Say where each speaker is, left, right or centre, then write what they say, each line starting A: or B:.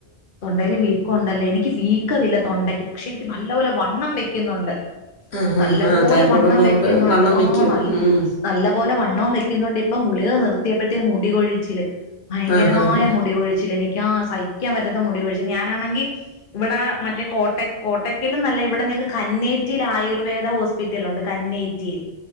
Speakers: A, on the left; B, on the left.
A: തൊണ്ടയില് വീക്കുണ്ടല്ലേ എനിക്ക് വീക്കവില്ല തൊണ്ടയ്ക്ക് പക്ഷെ എനിക്ക് നല്ലപോലെ വണ്ണം വെക്കുന്നുണ്ട്.
B: ആ ഹാ
A: നല്ല
B: ഹാ
A: പോലെ
B: തൈറോയ്ഡ്
A: വണ്ണം
B: ഉള്ളവർക്ക്
A: വെക്കുന്നുണ്ട്
B: വണ്ണം
A: ആ
B: വയ്ക്കും
A: ന
B: ഉം.
A: നല്ല പോലെ വണ്ണംവും വെക്കുന്നുണ്ട് ഇ ഇപ്പം ഗുളിക നിർത്തിയപ്പോഴത്തേക്ക് മുടികൊഴിച്ചില് ഭയങ്കരമായ
B: ആ ഹാ ഹാ
A: മുടികഴിച്ചിൽ എനിക്ക്പ്പം. ഞാസഹിക്കാൻ പറ്റ ത്ത മുടികൊഴിച്ചിൽ ഞാനാണെങ്കിൽ ഇവിടെ മറ്റേ കോട്ടക്കകോട്ടക്കല് ന്നല്ല ഇവിടെഞങ്ങക്ക് കന്നേറ്റിലാ ആയുർവേദ ഹോസ്പിറ്റലുണ്ട് കന്നേറ്റിയിൽ